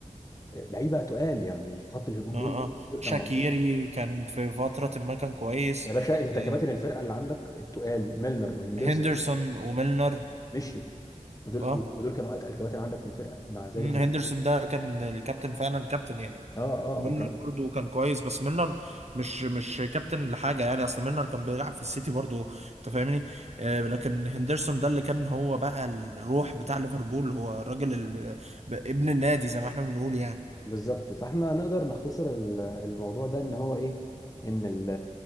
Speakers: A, on the left; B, on the right.
A: آه، لعيبه تقال يعني في خط الهجوم
B: اه
A: دول الاتنين
B: اه
A: دول
B: شاكيري
A: كانوا مع صلاح
B: كان في فترة ما كان كويس
A: يا باشا انت
B: آه،
A: كباتن الفرقه اللي عندك التقال ميلنر وهندرسون
B: هندرسون وميلنر
A: مشيوا ودول
B: اه
A: ودول كانوا اتقل كباتن عندك في الفرقه مع ذلك
B: مم،
A: انت
B: هندرسون ده كان الكابتن فعلا كابتن يعني
A: اه اه
B: وميلنر
A: وكان
B: برضه كان كويس بس ميلنر مش مش كابتن لحاجه يعني اصل ميلنر كان بيلعب في السيتي برضه انت فاهمني آه لكن هندرسون ده اللي كان هو بقى الروح بتاع ليفربول هو الراجل ال- ب- ابن النادي زي ما احنا بنقول يعني
A: بالظبط فاحنا نقدر نختصر ال- الموضوع ده ان هو ايه ان ال-